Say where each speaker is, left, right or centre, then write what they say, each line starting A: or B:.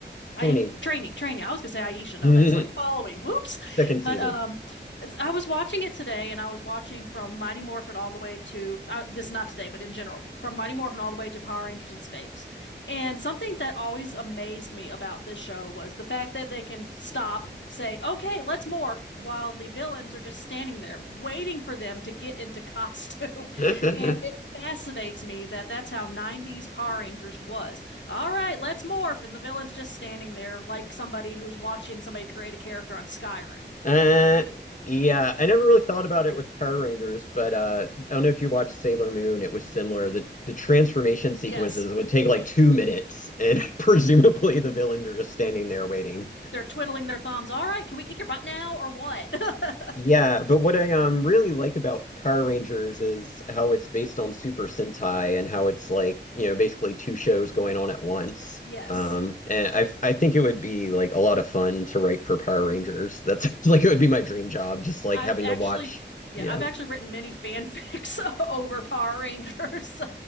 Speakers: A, on the left; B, on the left.
A: I
B: Trini.
A: trainee, trainee. I was gonna say Aisha.
B: <laughs>
A: No, that's like following. Whoops.
B: Second
A: But
B: season.
A: um, as- I was watching it today, and I was watching from Mighty Morphin all the way to uh, this is not today, but in general, from Mighty Morphin all the way to Power Rangers in Space. And something that always amazed me about this show was the fact that they can stop, say, "Okay, let's morph," while the villains are just standing there waiting for them to get into costume. <laughs>
B: <laughs>
A: And it fascinates me that that's how 90s Power Rangers was all right, let's morph. And the villain's just standing there like somebody who's watching somebody create a character on Skyrim.
B: Uh, yeah, I never really thought about it with Power Rangers, but uh, I don't know if you watched Sailor Moon. It was similar. The the transformation sequences
A: Yes.
B: would take like two minutes, and <laughs> presumably the villains are just standing there waiting.
A: They're twiddling their thumbs. All right, can we kick your butt now or what? <laughs>
B: Yeah, but what I um really like about Power Rangers is how it's based on Super Sentai and how it's like, you know, basically two shows going on at once.
A: Yes.
B: Um, and I I think it would be like a lot of fun to write for Power Rangers. That's <laughs> like it would be my dream job, just like
A: I've
B: having
A: actually,
B: to watch.
A: yeah,
B: Yeah,
A: I've actually written many fanfics <laughs> over Power Rangers, <laughs> so